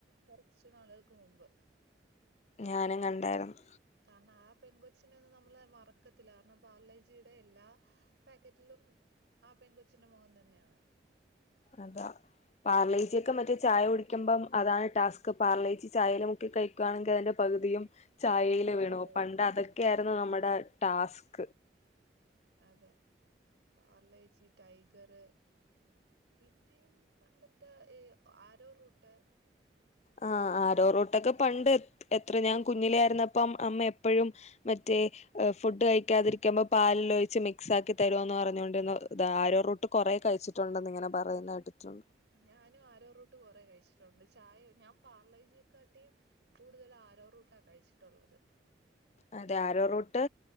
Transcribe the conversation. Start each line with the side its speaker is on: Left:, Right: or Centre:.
Right: കുറച്ച് റ്റ് നാളുകൾക്ക് മുമ്പ്
Left: ഞാനും കണ്ടായിരുന്നു
Right: കാരണം ആ പെൺ കൊച്ചിനെ ഒന്നും നമ്മള് മറക്കത്തില്ല കാരണം ബാർലേജിയുടെ എല്ലാ പാക്കറ്റിലും ആ പെൺ കൊച്ചിൻ്റെ മുഖം തന്നെയാണ്
Left: അതാ പാർലേച്ചിയൊക്കെ മറ്റേ ചായ കുടിക്കുമ്പം അതാണ് ടാസ്ക് പാർലേച്ചി ചായൽ മുക്കി കഴിക്കുകയാണെങ്കിൽ അതിന്റെ പകുതിയും ചായേല്
Right: പകുതി ചായയുടെ
Left: വീണുപോം പണ്ട് അതൊക്കെയാരുന്നു നമ്മുടെ ടാസ്ക്
Right: അതെ പാർലേജി ടൈഗർ പിന്നെയും പണ്ടത്തെ ഈ ആരോ റൂട്ട്
Left: ആ ആരോറൂട്ടൊക്കെ പണ്ട് എത്ര ഞാൻ കുഞ്ഞിലെ ആയിരുന്നപ്പം അമ്മ എപ്പഴും മറ്റേ ഫുഡ് കഴിക്കാതിരിക്കുമ്പോ പാലിലൊഴിച്ച് മിക്സ് ആക്കി തരുമോന്ന് പറഞ്ഞോണ്ടിര്ന്നതാ ആരോറൂട്ട് കൊറെ കഴിച്ചിട്ടുണ്ടെന്ന് ഇങ്ങനെ പറയുന്ന കേട്ടിട്ടുണ്ട്
Right: ഞാനും ആരോറൂട്ട് കുറെ കഴിച്ചിട്ടുണ്ട്. ചായെ ഞാൻ പാർലേജിയക്കാട്ടിയും കൂടുതല് ആരോറൂട്ടാ കഴിച്ചിട്ടുള്ളത്.
Left: അതെ ആരോറോട്ട്